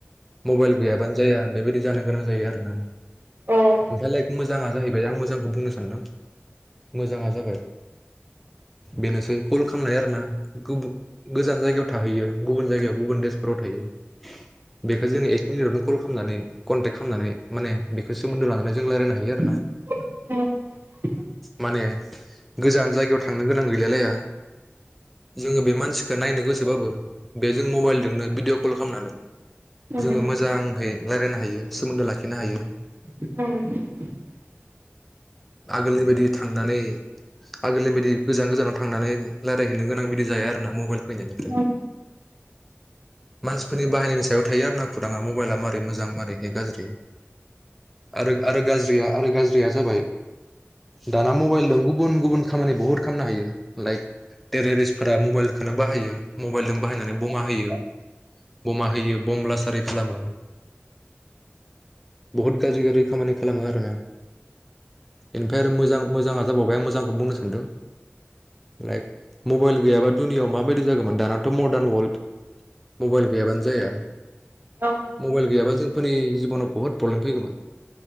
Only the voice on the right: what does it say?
औ उम
<inaudible>
उम
<unintelligible>
उम
औ